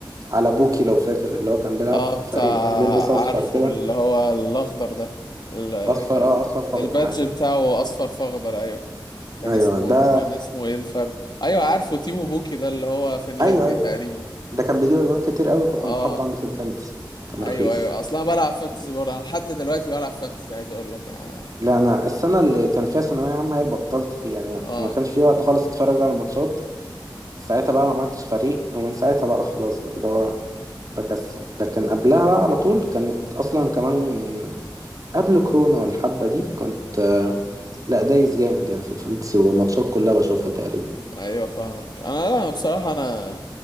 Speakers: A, on the right (about 45°); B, on the left (about 60°).
A: على بوكي لو فاكر اللي هو كان بيلعب
B: اه
A: في
B: بتاع
A: فريق بيلبس اصفر
B: عارفه
A: كده
B: اللي هو الاخضر ده ال-
A: اصفر
B: ال-
A: اه اصفر في
B: البادج
A: اخضر حاجه كده
B: بتاعه اصفر فاخضر ايوه كان
A: ايوه
B: اسمه
A: ده
B: كان اسمه ايه الفرق ايوه عارفه تيمو بوكي ده اللي هو فنلندي
A: ايوه ايوه
B: تقريبا
A: ده كان بيجيب اجوان كتير قوي فكنت
B: اه
A: حاطه عندي في الفانتسي كان
B: ايوه
A: رخيص
B: ايوه اصلا بلعب فانتزي برضه انا لحد دلوقتي بلعب فانتزي عايز اقول لك اه
A: لا انا السنه اللي كان فيها ثانويه عامه هي اللي بطلت فيها يعني ما
B: آه،
A: ما كانش في وقت خالص اتفرج على الماتشات ساعتها بقى ما عملتش فريق ومن ساعتها بقى خلاص بقى اللي هو بكسل لكن قبلها بقى على طول كانت اصلا كمان قبل كورونا والحبه دي كنت آه، لا دايس جامد يعني في الفانتسي والماتشات كلها بشوفها تقريبا
B: ايوه فاهمك انا انا بصراحه انا